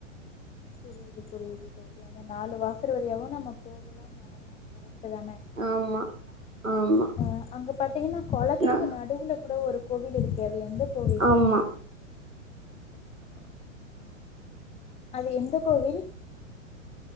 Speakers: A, on the left (about 15°); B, on the right (about 85°).
A: புரியுது புரியுது தோழி அந்த நாலு வாசல் வழியாவோ நம்ம போகலாம் வரலாம் கரெக்டு தானே
B: ஆமா ஆமா
A: ஆ அங்க பாத்தீங்கன்னா கொளத்துக்கு
B: நா
A: நடுவுல கூட ஒரு கோவில் இருக்கே அது எந்த கோவில்
B: ஆமா
A: அது எந்த கோவில்